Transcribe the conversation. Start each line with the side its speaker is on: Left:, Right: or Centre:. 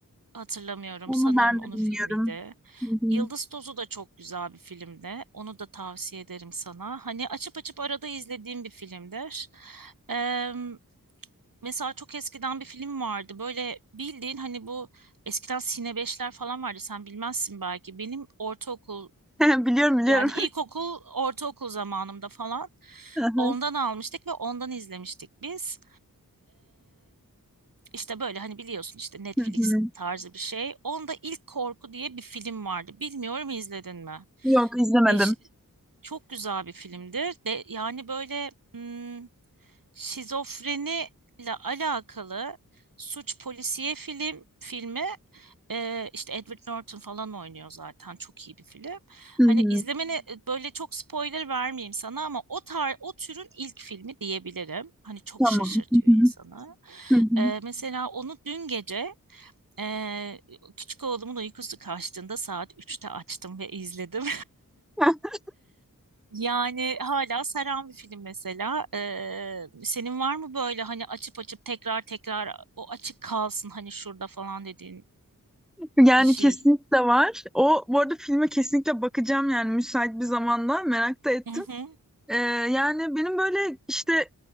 Right: Hatırlamıyorum.
Centre: Onu
Right: Sanıyorum
Centre: ben
Right: onun
Centre: de bilmiyorum.
Right: filmiydi.
Centre: Hı hı.
Right: Yıldız Tozu da çok güzel bir filmdi. Onu da tavsiye ederim sana. Hani açıp açıp arada izlediğim bir filmdir. Eee, mesela çok eskiden bir film vardı. Böyle bildiğin hani bu eskiden Sine 5'ler falan vardı. Sen bilmezsin belki. Benim ortaokul
Centre: <laughs> Biliyorum biliyorum.
Right: yani ilkokul, ortaokul zamanımda falan
Centre: <laughs>
Right: ondan almıştık ve ondan izlemiştik biz. İşte böyle hani biliyorsun işte Netflix
Centre: Hı hı.
Right: tarzı bir şey. Onda ilk Korku diye bir film vardı. Bilmiyorum izledin mi?
Centre: Yok izlemedim.
Right: Değiş çok güzel bir filmdir. De, yani böyle hmm, şizofreni ile alakalı suç polisiye film filmi e, işte Edward Norton falan oynuyor zaten çok iyi bir film.
Centre: Hı hı.
Right: Hani izlemeni e, böyle çok spoiler vermeyeyim sana ama o tar o türün ilk filmi diyebilirim. Hani çok
Centre: Tamam.
Right: şaşırtıyor
Centre: Hı hı.
Right: insanı.
Centre: Hı hı.
Right: E, mesela onu dün gece e, küçük oğlumun uykusu kaçtığında saat üçte açtım ve izledim.
Centre: <laughs>
Right: Yani hala saran bir film mesela. Ee, senin var mı böyle hani açıp açıp tekrar tekrar o açık kalsın hani şurada falan dediğin
Centre: Yani
Right: bir şey?
Centre: kesinlikle var. O bu arada filme kesinlikle bakacağım yani müsait bir zamanda merak da ettim.
Right: Hı hı.
Centre: Ee, yani benim böyle işte